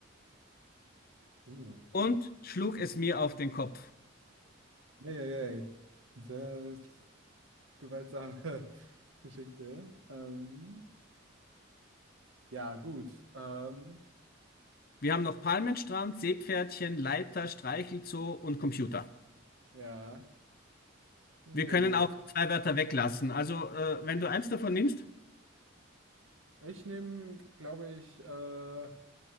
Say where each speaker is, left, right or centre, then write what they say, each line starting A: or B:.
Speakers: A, on the right (about 85°); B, on the left (about 45°).
A: Uh,
B: und schlug es mir auf den Kopf.
A: ey, ey, ey. Sehr gewaltsame <laughs> Geschichte. Ähm, ja, gut. Ähm,
B: Wir haben noch Palmenstrand, Seepferdchen, Leiter, Streichelzoo und Computer.
A: ja, uh,
B: Wir können auch zwei Wörter weglassen. Also, äh, wenn du eins davon nimmst,
A: ich nehme, glaube ich, äh,